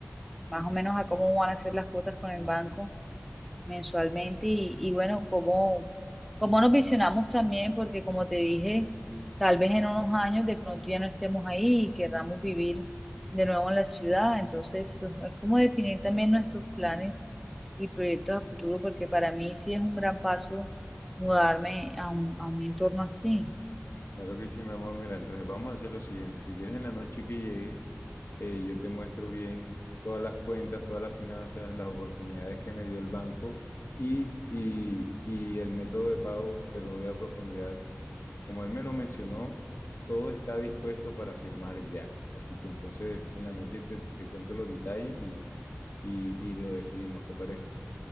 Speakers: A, in the centre; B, on the left (about 80°).
A: más o menos a cómo van a ser las cuotas con el banco mensualmente y, y bueno, cómo, cómo nos visionamos también, porque como te dije, tal vez en unos años de pronto ya no estemos ahí y querramos vivir de nuevo en la ciudad, entonces es como definir también nuestros planes y proyectos a futuro, porque para mí sí es un gran paso mudarme a un, a un entorno así.
B: Claro que sí, mi amor. Mira, entonces vamos a hacer lo siguiente. Si quieres en la noche que llegues, eh, yo te muestro bien todas las cuentas, todas las finanzas, las oportunidades que me dio el banco y, y, y el método de pago te lo doy a profundidad. Como él me lo mencionó, todo está dispuesto para firmar ya. Así que entonces en la noche te, te cuento los detalles y, y, y lo decidimos, ¿te parece?